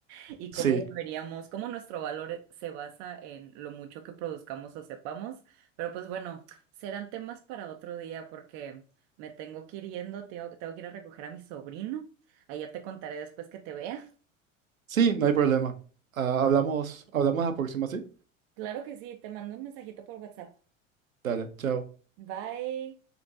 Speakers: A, on the right; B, on the right.
A: y
B: sí,
A: cómo deberíamos, cómo nuestro valor se basa en lo mucho que produzcamos o sepamos. Pero pues bueno, serán temas para otro día porque me tengo que ir yendo, tengo, tengo que ir a recoger a mi sobrino. Ahí ya te contaré después que te vea.
B: sí, no hay problema. Ah, hablamos, hablamos la próxima, ¿sí?
A: Claro que sí, te mando un mensajito por WhatsApp.
B: Dale, chao.
A: Bye.